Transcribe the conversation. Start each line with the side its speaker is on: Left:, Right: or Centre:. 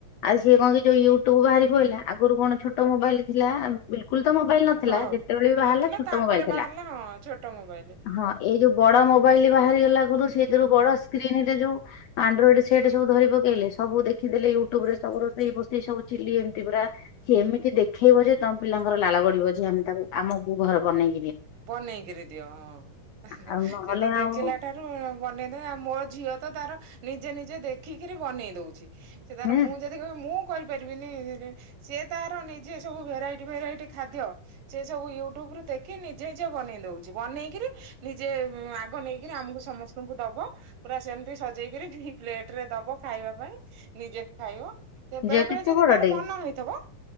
Left: ଆଉ ସିଏ କଣ କି ଯୋଉ ୟୁଟ୍ୟୁବ ବାହାରି ପଇଲା। ଆଗରୁ କଣ ଛୋଟ ମୋବାଇଲ୍ ଥିଲା। ବିଲ୍ କୁଲ ତ ମୋବାଇଲ୍ ନଥିଲା।
Right: ହଁ
Left: ଯେତେବେଳେ ବି ବାହାରିଲା
Right: ନଥିଲା
Left: ଛୋଟ
Right: ତାପରେ
Left: ମୋବାଇଲ୍ ଥିଲା।
Right: ବାହାରିଲା ହଁ ଛୋଟ ମୋବାଇଲ
Left: ହଁ ଏଇ ଯୋଉ ବଡ ମୋବାଇଲ୍ ବାହାରିଗଲା ଘରୁ ସେଇଥିରୁ ବଡ ସ୍କ୍ରିନ୍ ରେ ଯୋଉ ଆଣ୍ଡ୍ରଏଡ୍ ସେଟ୍ ସବୁ ଧରି ପକେଇଲେ ସବୁ ଦେଖିଦେଲେ ୟୁଟ୍ୟୁବ ରେ ସବୁ ରୋଷେଇ ପୁସେଇ ସବୁ ଚିଲ୍ଲି ଏମିତି ପୁରା। ସିଏ ଏମିତି ସେ ଦେଖେଇବ ଯେ ତୋମ ପିଲାଙ୍କର ଲାଳ ଗଡିବ ଯେ ଆମେ ତାକୁ ଆମକୁୁ ଘର ବନେଇ
Right: ବନେଇକିରି ଦିଅ। ହଁ
Left: ଆଉ ନହେଲେ
Right: ସେ ତ ଦେଖିଲା
Left: ଆଉ
Right: ଠାରୁ ବନେଇଦେ। ଆଉ ମୋ ଝିଅ ତ ତାର ନିଜେ ନିଜେ ଦେଖିକିରି ବନେଇ ଦଉଛି। ସେ ତାର
Left: ହୁଁ
Right: ମୁଁ ଯଦି କହିବି ମୁଁ କରିପାରିବିନି। ସିଏ ତାର ନିଜେ ସବୁ ଭେରାଇଟି ଭେରାଇଟି ଖାଦ୍ୟ ସେ ସବୁ ୟୁଟ୍ୟୁବ ରୁ ଦେଖି ନି ଜେ ନିଜେ ଦଉଚୁ। ବନେଇକିରି ନିଜେ ଉଁ, ଆଗ ନେଇକିରି ଆମକୁ ସମସ୍ତଙ୍କୁ ଦବ। ପୁରା ସେ ଏମତି ସଜେଇକିରି ପ୍ଲେଟ୍ ରେ ଦବ ଖାଇବା ପାଇଁ। ନିଜେ ଖାଇବ। ତ
Left: ଝିଅ
Right: ବେଳେ
Left: କେତେ
Right: ବେଳେ ଯଦି
Left: ବଡଟେ
Right: ତାର ମନ
Left: କି
Right: ହେଇଥିବ,